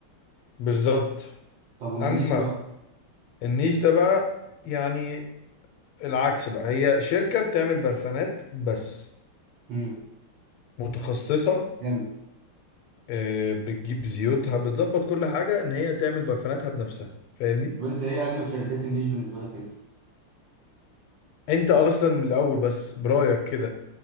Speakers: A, on the left; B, on the right.
A: بالظبط
B: طب والنيش
A: اما
B: بقى
A: النيش ده بقى يعني العكس بقى هي شركة بتعمل برفانات بس
B: امم
A: متخصصة
B: جامد
A: آه، بتجيب زيوتها بتظبط كل حاجة ان هي تعمل برفاناتها بنفسها فاهمني
B: طب انت ايه اجمد شركات النيش بالنسبه لك انت
A: انت اصلا من الاول بس برأيك كده